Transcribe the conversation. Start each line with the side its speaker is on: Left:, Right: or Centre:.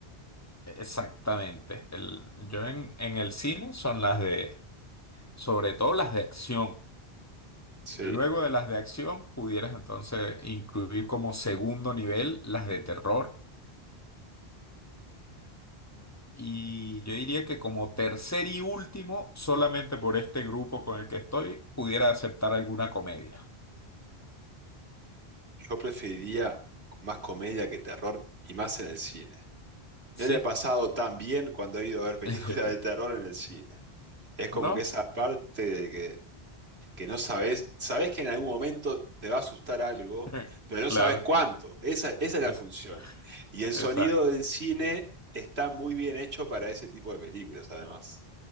Left: Exactamente. El, yo en, en el cine son las de, sobre todo las de acción.
Right: Sí,
Left: Luego de las de acción, pudieras entonces incluir como segundo nivel las de terror. Y yo diría que como tercer y último, solamente por este grupo con el que estoy, pudiera aceptar alguna comedia.
Right: yo preferiría más comedia que terror y más en el cine.
Left: Sí.
Right: No le he pasado tan bien cuando he ido a ver películas
Left: <laughs>
Right: de terror en el cine. Es como
Left: No.
Right: que esa parte de que que no sabes, sabes que en algún momento te va a asustar algo,
Left: <laughs>
Right: pero no
Left: Claro.
Right: sabes cuánto. Esa, esa es la función.
Left: Es,
Right: Y el
Left: exacto.
Right: sonido del cine está muy bien hecho para ese tipo de películas, además.